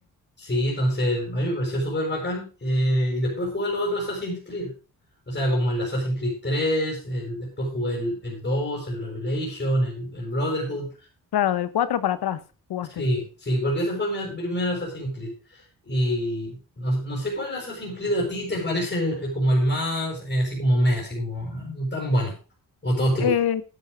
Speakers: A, on the left (about 30°); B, on the left (about 80°).
A: Sí, entonces a mí me pareció súper bacán. eh, y después jugué los otros Assassin's Creed. O sea, como el Assassin's Creed tres el- después jugué el, el 2, el Revelation, el, el Brotherhood.
B: Claro, del 4 para atrás jugaste.
A: Sí, sí, porque ese fue mi primer Assassin's Creed. Y no, no sé cuál Assassin's Creed a ti te parece eh, como el más, eh, así como me, así como ah, no tan bueno. O todos te
B: Eh,
A: gustan.